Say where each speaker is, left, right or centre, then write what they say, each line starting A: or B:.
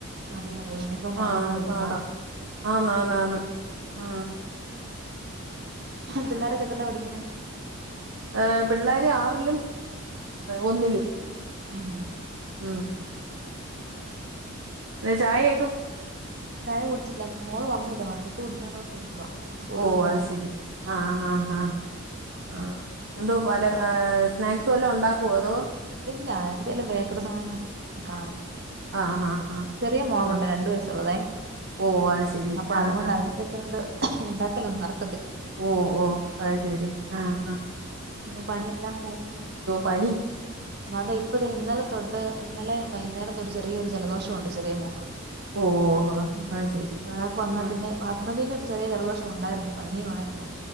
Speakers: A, on the right; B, on the right.
A: അതെ അതെ യൂണിഫോം ഉണങ്ങാതെ
B: ആ
A: വലിയ
B: പാടാ, ആന്നാന്നാന്ന് ആ
A: പിള്ളാരക്കെത്രേലാ പഠിക്കുന്നെ?
B: ഏ പിള്ളേര് ആറിലും ഒന്നിലും.
A: ഉം ഉം
B: ഉം ത് ചായേ
A: ചായ കുടിച്ചില്ല, മോള് വന്നില്ല, വന്നിട്ട് കുടിക്കാന്നോർത്തിരിക്കുവാ സ്കൂള്
B: ഓ
A: വിട്ട്
B: അത്
A: വന്നിട്ട്
B: ശെരി ആ
A: ഉം.
B: ആ ആ ആ എന്തോ പല ആ സ്നാക്സു വല്ലോം ഉണ്ടാക്കുവോ അതോ?
A: ഇല്ല, എന്തേലും ബേക്കറി സാധനം കാണും.
B: ആഹ് ആഹ് ആഹ്
A: ചെറിയ മോളുണ്ട്
B: ആഹ്
A: രണ്ടു വയസുള്ളതേ
B: ഓ അത് ശരി
A: അപ്പൊ
B: ആഹ്
A: അതുകൊണ്ട്
B: ആഹ്
A: അതിനേം വെച്ചൊണ്ട് ഇണ്ടാക്കലൊന്നും നടക്ക
B: ഓ ഓ അത് ശരി ആ ആ
A: പിന്നെ പണിയെല്ലാം കഴിഞ്ഞോ?
B: പനി
A: അപ്പൊ ഇപ്പദേ ഇന്നലെ തൊട്ട് ഇന്നലെ വൈന്നേരം തൊട്ടു ചെറിയൊരു ജലദോഷം ഉണ്ട് ചെറിയ മോക്ക്.
B: ഓ ഓ,
A: ഉം
B: അത് ശരി
A: മഴൊക്കെ വന്നാ
B: ഉം
A: പിന്നെ ഹസ്ബൻഡിന് ചെറിയ ജലദോഷം ഉണ്ടായിരുന്നു, പനിയുമായിരുന്നു,